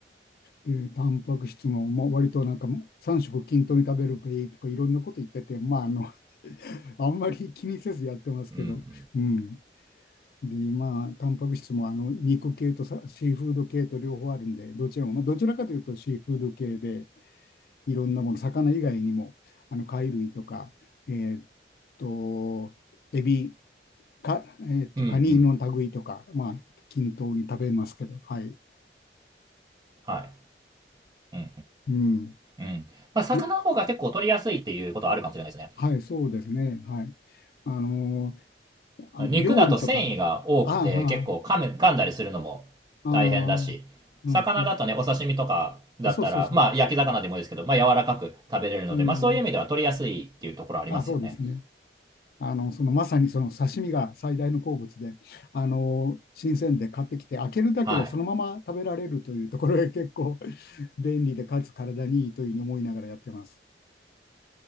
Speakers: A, on the left (about 55°); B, on the right (about 25°).
A: で、タンパク質も、まあ、割となんか3食均等に食べるべいとかいろんなこと言ってて、まあ、あの <laughs> あんまり気にせずやってますけど、
B: うん、うん。
A: うん。で、まあ、タンパク質もあの肉系とさシーフード系と両方あるんで、どちらも、まあ、どちらかというとシーフード系で、いろんなもの、魚以外にも、あの貝類とか、えーっと、エビ、か、えーっと、
B: うん、うん。
A: カニの類とか、まあ、均等に食べますけど、はい。
B: はい。うん、
A: うん。
B: うん。うん。まあ、魚の方が結構取りやすいっていうことはあるかもしれないですね。
A: で、はい、そうですね。はい。あのーあ料理とか、
B: 肉だと繊維が多くて結構噛む、
A: あ
B: 噛んだりするのも大変だし、
A: あ、ああ、うん、
B: 魚だとね、
A: うん。
B: お刺身とかだったら、
A: あ、そうそうそう。
B: まあ焼き魚でもいいですけど、まあ柔らかく食べれるので、
A: うん。
B: まあそういう意味では取りやすいっていうところありますよね。
A: あ、そうですね。あの、そのまさにその刺身が最大の好物で、あのー新鮮で買ってきて、開けるだけでそのまま食べられるというところが結構
B: はい。
A: <laughs> 便利で、かつ体にいいというふうに思いながらやってます。